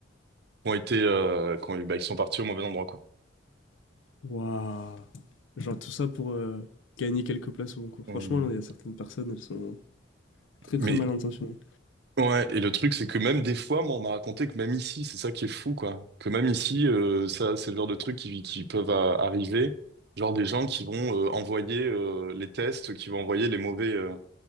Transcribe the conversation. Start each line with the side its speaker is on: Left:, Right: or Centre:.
Right: qui ont été euh, qui ont- bah, qui sont parties au mauvais endroit quoi.
Left: Waouh! Genre tout ça pour euh, gagner quelques places au concours. Franchement,
Right: On-
Left: il y a certaines personnes, elles sont très très
Right: Mais
Left: mal intentionnées.
Right: Ouais, et le truc, c'est que même des fois, moi, on m'a raconté que même ici, c'est ça qui est fou, quoi. Que même ici, euh, ça, c'est le genre de trucs qui, qui peuvent euh, arriver. Genre des gens qui vont euh, envoyer euh, les tests, qui vont envoyer les mauvais, euh,